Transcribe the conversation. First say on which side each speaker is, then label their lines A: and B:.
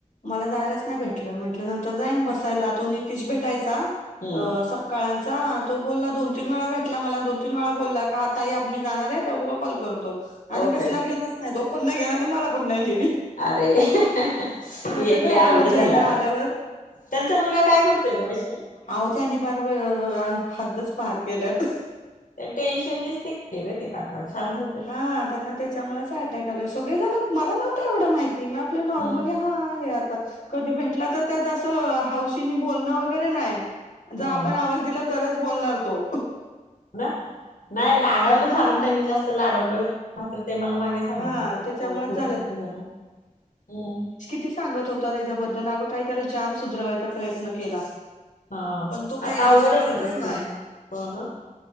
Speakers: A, on the left (about 65°); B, on the left (about 80°).
A: मला जायलाच नाही भेटलं म्हटलं नंतर जाईन बसायला तो नितीश भेटायचा
B: हम्म
A: अ सप काळांचा, तो बोलला दोन तीन वेळा भेटला मला दोन तीन वेळा बोलला का ताई आप मी जाणारए. तेव्हा तुला कॉल करतो, आणि
B: ओके
A: कसला घेणाच नाय तो, तो पण नाय गेणा आणि मला पण नाय नेली.
B: अरे ह ह ह.
A: नाहीतर
B: ती एक
A: काय
B: लय
A: आता
B: आवघड
A: म्हंटलं
B: झाल
A: इथं आल्यावर
B: आग. त्यांचा मुलगा काय करतोय ग वैशाली?
A: आवो त्यांनी पार व अ हद्दच पार केल्यान.
B: त्या टेन्शननेच ते <unintelligible> ते काका शांत हो
A: हा त्यांना त्याच्यामुळेच अटॅक आलाय, सगळेजण मला नव्हतं एवढं माहिती मी आपल
B: हम्म
A: नॉर्मली हा आहे आता, कधी भेटला तर त्याच असं हौशीन बोलणं वगैरे नाय. ज
B: हम्म
A: आपण आवाज दिला तरच बोलणार तो.
B: ना नाय लाडवलं
A: हा
B: सानम त्यांनी जास्त लाढवलं. मात्र ते मला मागे सांगत
A: हा
B: होत्या
A: त्याच्यामुळेच
B: खूप <unintelligible> झालं, हम्म.
A: कीती सांगत होता त्यांच्याबद्दल अग ताई त्याला जाम सुधरवायचा प्रयत्न केला.
B: हा,
A: पण तो काही
B: आता आवघड
A: सुधरतच
B: हेना ग <unintelligible>
A: नाही
B: हो ना